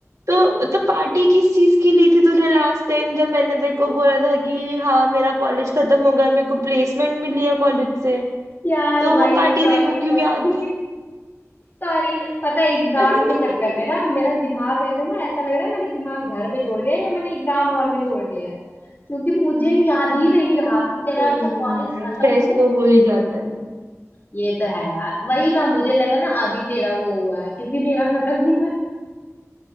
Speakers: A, on the right; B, on the left.
A: तो तो पार्टी किस चीज की ली थी तूने लास्ट टाइम जब मैंने तेरे को बोला था कि हाँ मेरा कॉलेज खत्म हो गया मेरे को प्लेसमेंट मिली है कॉलेज से
B: यार
A: तो
B: भाई
A: वो पार्टी
B: सॉरी
A: तेरे को क्यों
B: सॉरी
A: याद थी
B: सॉरी <laughs> पता है एग्जाम
A: <laughs>
B: के चक्कर में ना मेरा दिमाग ऐसे ना ऐसा लग रहा है मैंने दिमाग घर पे छोड़ दिया है या मैंने एग्जाम हॉल में छोड़ दिया है क्योंकि मुझे याद ही नहीं रहा कि तेरा
A: कोई
B: अच्छा
A: नहीं
B: कॉलेज
A: यार
B: खत्म
A: स्ट्रेस
B: हो गया था
A: तो हो ही जाता है
B: ये तो है यार वही ना मुझे लगा ना अभी तेरा वो हुआ है क्योंकि मेरा खत्म हुआ है